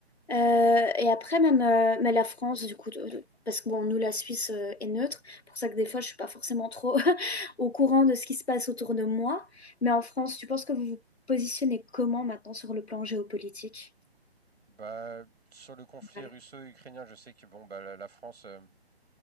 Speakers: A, on the left; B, on the right.
A: et après, même euh, mais la France, du coup, euh, parce que bon, nous, la Suisse euh, est neutre, pour ça que des fois, je suis pas forcément trop <laughs> au courant de ce qui se passe autour de moi. Mais en France, tu penses que vous vous positionnez comment maintenant sur le plan géopolitique?
B: Bah, sur le conflit
A: Voilà.
B: russo-ukrainien, je sais que bon, bah, la, la France, euh,